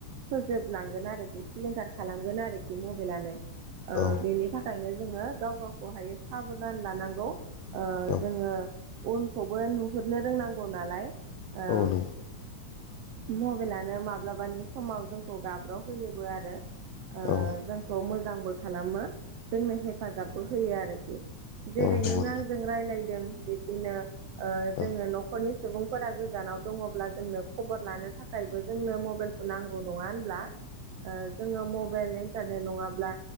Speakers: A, on the right (about 80°); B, on the left (about 75°).
A: फोजोबलांगोन आरो बे सिलिंखार खालामगोन आरोखि मबेलानो ओ
B: औ
A: बेनि था खायनो जोङो गाव गावखौहायो साबधान लानांगौ ओ
B: औ
A: जोङो उनखौबो नुहुरनो रोंनांगौ नालाय ओ
B: औ नंगौ
A: मबेलानो माब्लाबानि समाव जोंखौ गाब्र' होयोबो आरो ओ
B: औ
A: जों खौ मोजांबो खालामो जोंनो हेफाजाबबो होयो आरोखि जेरै
B: औ नंगौ नोंथां औ नंगौ
A: नों आं जोङो राय्लायदों, बिबदिनो ओ
B: नोंथां
A: जोंङो न'खरनि सुबुंफोरा गोजानाव दङब्ला जोंनो खबर लानो थाखायबो जोंनो मबाइलखौ नांगौ नङा होनब्ला ओ जोंङो मबाइल इन्टारनेट नङाब्ला